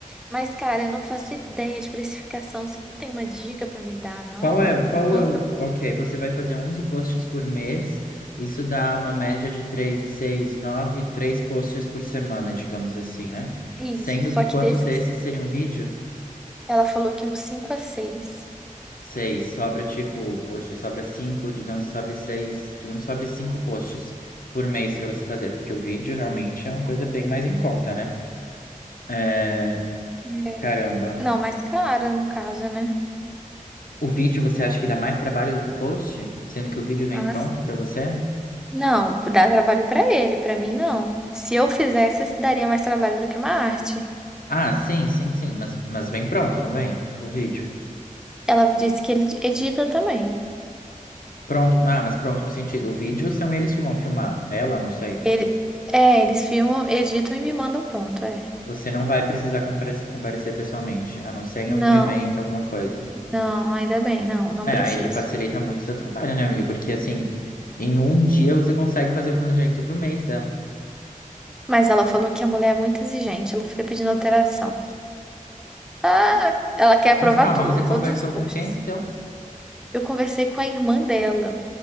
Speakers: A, in the centre; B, on the left.
A: Mas, cara, eu não faço ideia de precificação, você não tem uma dica pra me dar, não?
B: Qual é,
A: De
B: o- qual
A: quanto?
B: é o... Ok, você vai fazer 11 posts por mês. Isso dá uma média de 3, 6, 9, 3 posts por semana, digamos assim, né?
A: é Isso,
B: Sendo
A: só
B: que quantos
A: que desses,
B: desses seriam vídeo?
A: ela falou que uns 5 a seis
B: 6. Sobra tipo, poxa, sobra 5, digamos, sobra 6, digamos, sobra 5 posts por mês pra você fazer, porque o vídeo realmente é uma coisa bem mais em conta, né? É...
A: É.
B: Caramba.
A: Não, mais cara, no caso, né?
B: O vídeo você acha que dá mais trabalho do que o post? Sendo que o vídeo vem
A: Mas,
B: pronto pra você?
A: não, dá trabalho pra ele, pra mim não. Se eu fizesse, isso daria mais trabalho do que uma arte.
B: Ah, sim, sim, sim, mas, mas vem pronto, não vem? O vídeo.
A: Ela disse que ele edita também.
B: Pronto, ah, mas pronto no sentido, o vídeo são eles que vão filmar, ela, não sei.
A: Ele, é, eles filmam, editam e me mandam pronto, é.
B: Você não vai precisar compare- comparecer pessoalmente, a não ser em
A: Não,
B: algum evento, alguma coisa.
A: não, ainda bem, não, não
B: É,
A: preciso.
B: aí já facilita muito o seu trabalho, né, amiga? Porque assim, em um dia você consegue fazer o planejamento pro mês dela.
A: Mas ela falou que a mulher é muito exigente, ela fica pedindo alteração. Ah, ela quer aprovar
B: Mas calma,
A: tudo,
B: você conversou
A: todos os posts.
B: com quem, então?
A: Eu conversei com a irmã dela.